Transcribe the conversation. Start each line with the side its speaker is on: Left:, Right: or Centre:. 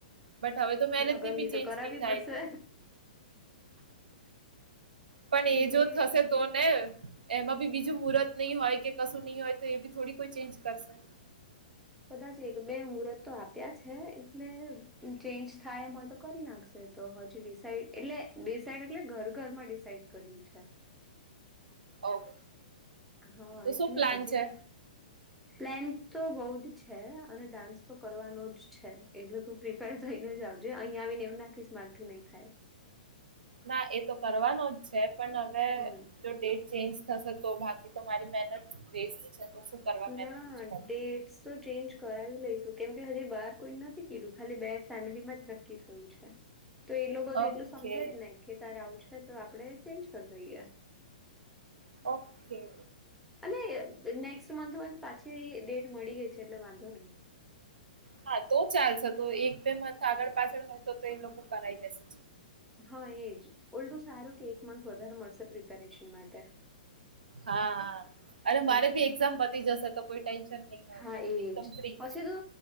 Right: બટ હવે તો મેરેજ
Centre: લગ્નની
Right: ની બી
Centre: તો
Right: ચેન્જ
Centre: કરાવવી
Right: નહી
Centre: પડશે.
Right: થાય તે. પણ એ
Centre: બે
Right: જો
Centre: એટલે
Right: થશે તો ને એમાં બી બીજું મુહર્ત નહી હોય કે કશું નહી હોય તો એ બી થોડી કોઈ ચેન્જ કરશે.
Centre: કદાચ એક બે મુહૂર્ત તો આપ્યા છે એટલે ચેન્જ થાય એમ હોય તો કરી નાખશે. તો હજી ડિસાઈડ એટલે ડિસાઇડ એટલે ઘર ઘરમાં ડિસાાઈડ કર્યું છે.
Right: ઓકે
Centre: હા
Right: તો
Centre: એટલે
Right: શું પ્લાન
Centre: હજી
Right: છે?
Centre: પ્લેન તો બઉ જ છે અને ડાન્સ તો કરવાનો જ છે એટલે તું પ્રિપેર થઈને જ આવજે અહીંયા આવીને એવું ના કહીશ‌ મારાથી નહી થાય.
Right: ના એ તો કરવાનો જ છે પણ હવે
Centre: હમ.
Right: જો ડેટ ચેન્જ થશે તો બાકી તો મારી મહેનત વેસટ છે. તો શું કરવા મહેનત
Centre: ના
Right: જ કરું
Centre: ડેટ્સ તો ચેન્જ કરાવી લઈશું કેમ કે હજી બાર કોઈ નથી કીધું ખાલી બે ફેમિલી માં જ નક્કી થયું છે. તો એ લોકો તો
Right: ઓકે
Centre: એટલું સમજે જ નહી કે તારે આવું છે તો આપડે ચેજ કરી દઈએ.
Right: ઓકે
Centre: અને‌ મંથ પાછી ડેટ મળી ગઈ છે એટલે વાંધો નહી.
Right: હા તો ચાલશે તો એક બે મથ આગળ પાછળ હોય તો તો એ લોકો કરાઈ લેશે.
Centre: હા એજ ઓલડું સારું કે એક મંથ વધારે મળશે પ્રિપેરેશન માટે.
Right: હા અને
Centre: હમ
Right: મારે ભી એક્ઝામ બતી જશે તો કોઈ ટેન્શન નહી હોય.
Centre: હા એજ
Right: એકદમ ફ્રી
Centre: પછી તો